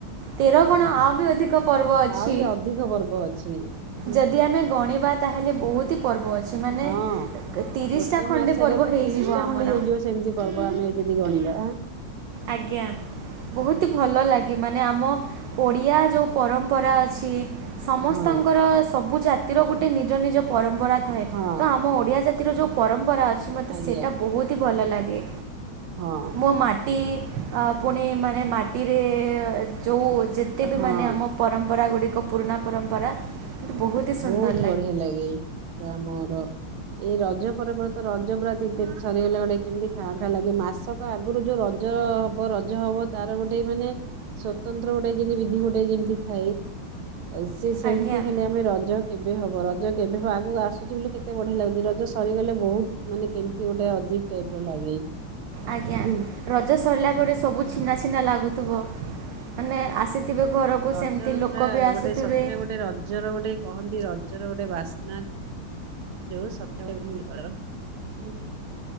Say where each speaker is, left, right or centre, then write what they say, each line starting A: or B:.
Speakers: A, on the right; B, on the right.
A: ତେର କଣ ଆଉ ବି ଅଧିକ ପର୍ବ ଅଛି।
B: ଆହୁରି ଅଧିକ ପର୍ବ ଅଛି ହୁଁ
A: ଯଦି ଆମେ ଗଣିବା ତାହେଲେ ବହୁତ ହି ପର୍ବ ଅଛି ମାନେ
B: ହଁ
A: ତିରିଶଟା
B: ଗୋଟେ
A: ଖଣ୍ଡେ
B: ମାସରେ
A: ପର୍ବ
B: ତ
A: ହେଇଯିବ
B: ତିରିଶଟା
A: ଆମର।
B: ଖଣ୍ଡେ ହେଇଯିବ ସେମିତି ପର୍ବ ଆମେ ଯଦି ଗଣିବାମ
A: ଆଜ୍ଞା ବହୁତ ଅତି ଭଲ ଲାଗେ ମାନେ ଆମ ଓଡ଼ିଆ ଯୋଉ ପରମ୍ପରା ଅଛି। ସମସ୍ତଙ୍କର
B: ହଁ
A: ସବୁ ଜାତିର ଗୋଟେ ନିଜ ନିଜ ପରମ୍ପରା ଥାଏ
B: ହଁ
A: ତ ଆମ ଓଡ଼ିଆ ଜାତି ଯୋଉ ପରମ୍ପରା ଅଛି ମୋତେ
B: ଆଜ୍ଞା
A: ସେଇଟା ବହୁତ ହି ଭଲ ଲାଗେ।
B: ହଁ।
A: ମୋ ମାଟି ପୁଣି ମାନେ ମାଟିରେ ଯେଉଁ ଯେତେ ବି
B: ହଁ
A: ମାନେ ଆମ ପରମ୍ପରା ଗୁଡ଼ିକ ପୁରୁଣା ପରମ୍ପରା। ମୋତେ ବହୁତ ହି ସୁନ୍ଦର
B: ବହୁତ ବଢିଆ ଲାଗେ ପୁରା ଆମର ଏଇ ରଜ ପର୍ବରେ ତ ରଜ ପୁରା ତିନି ଦିନ ସରିଗଲା ଗୋଟେ କେମିତି ଖାଁ ଖାଁ ଲାଗେ ମାସ ଆଗରୁ ଯୋଉ ରଜ ହବ ରଜ ହବ ତାର ଗୋଟେ ମାନେ ସ୍ଵତନ୍ତ୍ର ଗୋଟେ ଯେମତି ବିଧି ଗୋଟେ ଯେମତି ଥାଏ ସେ ସେମିତି
A: ଆଜ୍ଞା
B: ହେଲେ ଆମର ରଜ କେବେ ହବ ରଜ କେବେ ହବ ଆଗକୁ ଆସୁଛି ବୋଲି କେତେ ବଢିଆ ଲାଗୁଛି ରଜ ସରିଗଲେ ବହୁତ ମାନେ କେମିତି ଗୋଟେ ଅଜୀବ ଟାଇପର ଲାଗେ।
A: ଆଜ୍ଞା
B: ହଁ।
A: ରଜ ସରିଲା ପରେ ସବୁ ଛିନା ଛିନା ଲାଗୁଥିବ? ମାନେ ଆସିଥିବେ ଘରକୁ
B: ରଜର
A: ସେମିତି
B: ପୁରା
A: ଲୋକ ବି
B: ଗୋଟେ
A: ଆସୁଥିବେ।
B: ସତରେ ଗୋଟେ ରଜର ଗୋଟେ କହନ୍ତି ରଜର ଗୋଟେ ବାସ୍ନା ଅଛି। <unintelligible>